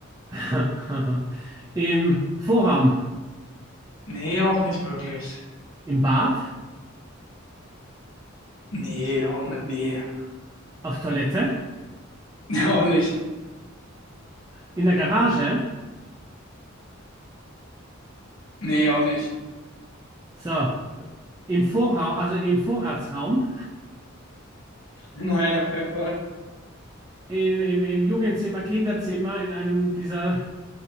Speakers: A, on the right; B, on the left.
A: <laughs> Im Vorraum?
B: Nee, auch nicht wirklich.
A: Im Bad?
B: Nee, auch nicht, nee. <laughs>
A: Auf Toilette?
B: Nee, auch nicht.
A: In der Garage?
B: Nee, auch nicht.
A: So. Im Vorraum, also im Vorratsraum?
B: Nein, auf keinen Fall.
A: Im, im, im Jugendzimmer, Kinderzimmer, in einem dieser